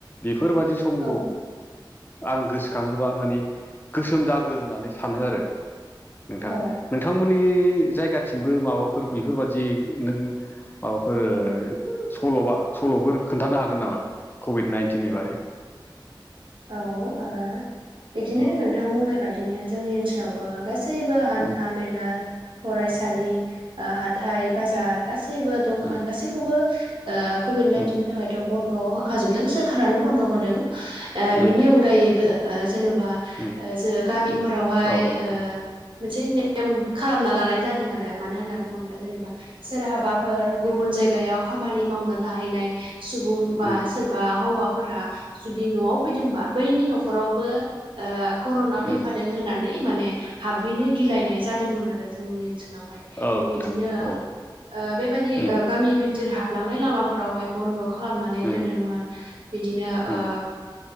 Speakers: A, on the left; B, on the right.
A: बेफोरबादि समखौ
B: औ
A: आं गोसोखाङोबा माने गोसोम दागो होननानै सानो आरो नोंथां।
B: औ
A: नों थांमोननि जायगाथिंबो माबाफोर बेफोरबादि नों माबाफोर सल'बा सल'फोर खोन्थानो हागोन नामा कभिड नाइन्टिननि बारै
B: औ ओ बिदिनो
A: औ
B: नोंथां बुंनाय बायदिनो जोंनि ओनसोलावबो गास गासैबो हान्था
A: उम
B: मेला फरायसालि ओ हाथाय बाजार गासैबो दखान
A: उम
B: गासैखौबो ओ कभिड नाइनटिननि
A: उम
B: थाखायथ' बन्द' होखाजोबदों सोरखारानो बन्द' होदों। ओ
A: उम
B: बिनि अनगायैबो ओ जेन'बा
A: उम
B: ओ जो गामिफोरावहाय
A: उम औ नोंथां
B: ओ मोनसे नेम खालामना लानाय जादों आरो मानो होनना बुङोब्ला जेनेबा सोरहाबाफोर गुबुन जायगायाव खामानि मावनो थाहैनाय सुबुं बा
A: उम
B: सोरबा हौवाफोरा जुदि न'आव फैदोंबा बैनि न'खरावबो ओ कर'ना फैफादों
A: उम
B: होननानै माने हाबहैनो गिलायनाय जादोंमोन आरो जोंनि ओनसोलावहाय।
A: औ नोंथां
B: बिदिनो
A: औ
B: ओ बेबायदि
A: उम
B: ओ गामि भिथोर हाबलांनाय लामा फोरावहाय बन्द' खालामनानै
A: उम
B: दोनदोंमोन बिदिनो
A: उम
B: ओ